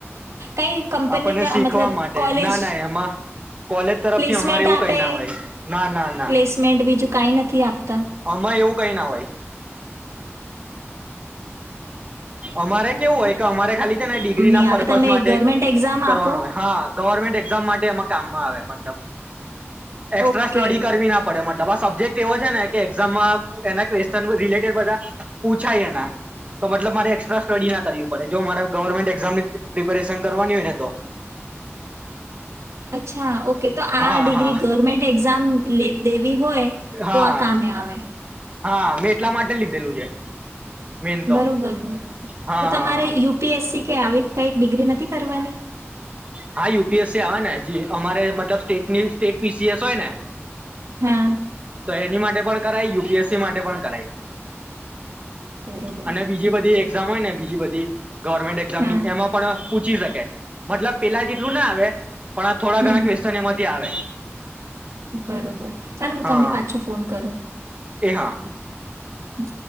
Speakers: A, on the right; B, on the right.
A: કઈ કંપનીના
B: આપણને શીખવા
A: મતલબ
B: માટે
A: કોલેજ
B: ના ના એમાં કોલેજ તરફથી
A: પ્લેસમેન્ટ
B: અમારે એવું
A: આપે
B: કઈ ના હોય ના ના ના
A: પ્લેસમેન્ટ બીજું કાંઈ નથી આપતા
B: અમાં એવું કઈ ના હોય. અમારે કેવું હોય કે અમારે ખાલી છે ને ડિગ્રીના
A: નામ નહીં આવે
B: પર્પઝ
A: તમે
B: માટે
A: ગવર્મેન્ટ એક્ઝામ
B: કરવાનું
A: આપો
B: હોય. હા ગવર્મેન્ટ એક્ઝામ માટે એમાં કામમાં આવે મતલબ. એક્સ્ટ્રા
A: ઓકે
B: સ્ટડી કરવી ના પડે મન લબા સબ્જેક્ટ એવો છે ને કે એઝામમાં એના કવેસ્ચન રિલેટેડ બધા પૂછાય એના. તો મતલબ મારે એક્સ્ટ્રા સ્ટડી ના કરવી પડે, જો મારે ગવર્મેન્ટ એક્ઝામની પ્રિપેરેશન કરવાની હોય ને તો.
A: અચ્છા ઓક કે તો આ
B: હા
A: ડિગ્રી
B: હા
A: ગવર્મેન્ટ એક્ઝામ લે દેવી હોય, તો
B: હા
A: આ કામે આવે
B: હા, મેં એટલા માટે લીધેલું છે. મેન તો
A: બરોબર <unintelligible>
B: હા
A: તો
B: હા
A: તમારે
B: હા
A: યુ પી એસ સી કે આવી કઈક ડિગ્રી નથી કરવાની?
B: હા, યુ પી એસ સી આવે ને, અમારે મતલબ state state P C S હોય ને
A: હા
B: તો એની માટે પણ કરાય, યુ પી એસ સી માટે પણ કરાય.
A: બરોબર
B: અને બીજી
A: ઓકે
B: બધી એક્ઝામ હોય ને, બીજી બધી ગવર્મેન્ટ એક્ઝામ
A: હા
B: ની એમાં પણ <unintelligible> મતલબ પેલા જેટલું ના આવે પણ આ થોડા
A: હમ
B: ઘણા ક્વેસ્શન એમાંથી આવે
A: બરોબર, ચાલો હું
B: હા
A: તમને પાછો ફોન કરું.
B: એ હા
A: હ